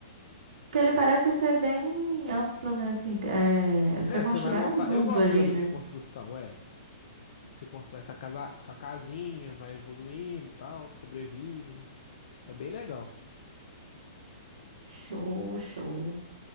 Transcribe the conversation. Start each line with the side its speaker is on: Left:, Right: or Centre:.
Right: porque ele parece ser bem amplo, né? Assim, é, você
Left: É,
Right: constrói
Left: você vai montar.
Right: um mundo
Left: Eu gosto
Right: ali,
Left: de jogo
Right: né?
Left: de construção, é. Você constrói essa casa, sua casinha, vai evoluindo e tal, sobrevive. É bem legal.
Right: Show, show.